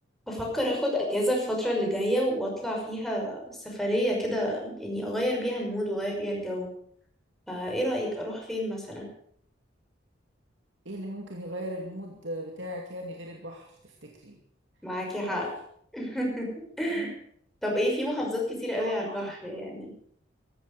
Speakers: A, in the centre; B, on the right.
A: بفكر اخد اجازة الفترة اللي جاية واطلع فيها سفرية كده يعني اغير بيها المود واغير بيها الجو فايه رأيك اروح فين مثلا
B: ايه اللي ممكن يغير المود بتاعك يعني غير البحر تفتكري
A: معاكي
B: اكيد
A: حق
B: بحر
A: <laughs>
B: مم.
A: طب ايه في محافظات كتير قوي
B: هو
A: على
B: البحر
A: البحر يعني